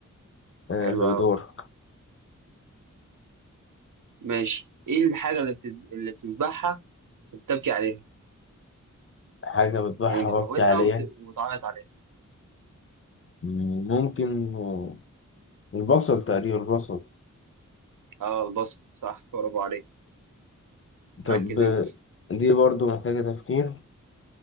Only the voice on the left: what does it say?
آه،
دور
حاجة بتبيعها
وقت عليها
مم، ممكن آه، البصل تقريبا البصل
طب
آه،
دي برضو محتاجة تفكير